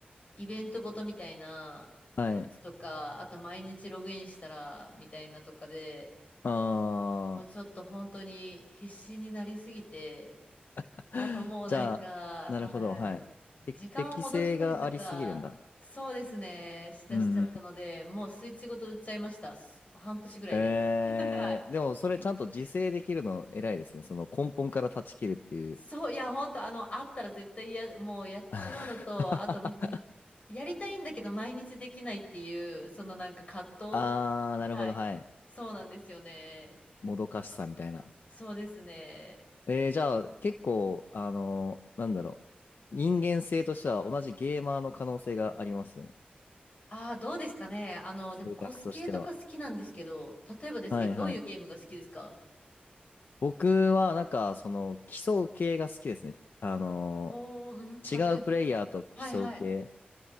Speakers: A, on the left (about 45°); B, on the left (about 75°).
A: イベントごとみたいなやつとか、
B: はい。
A: あと毎日ログインしたらみたいなとかで、
B: あー。
A: もうちょっと本当に必死になりすぎて、
B: <laughs>
A: あともうなんか、
B: じゃあ、なるほど。
A: はい、
B: はい。
A: 時間を戻したりとか、
B: て適性がありすぎるんだ。
A: そうですね、しだしちゃったので、
B: うんうん。
A: もうスイッチごと売っちゃいました。す半年ぐらいで。
B: えー、
A: <laughs> はい。
B: でもそれちゃんと自制できるの偉いですね。その根本から断ち切るっていう。
A: そう、いや、本当あの、あったら絶対や、もうやっちゃうのと、
B: <laughs>
A: あと、やりたいんだけど毎日できないっていう、そのなんか葛藤。
B: あー、なるほど、
A: はい。
B: はい。
A: そうなんですよね。
B: もどかしさみたいな。
A: そうですね。
B: えー、じゃあ、結構、あのーなんだろう。人間性としては同じゲーマーの可能性がありますよね。
A: ああー、どうですかね。あの、
B: 性格としては。
A: でもコス系とか好きなんですけど、例えばですけど、
B: はいはい。
A: どういうゲームが好きですか
B: 僕は、なんか、その、競う系が好きですね。あのー
A: おー、うん、例えば。
B: 違うプレイヤーと競う系。
A: はいはい。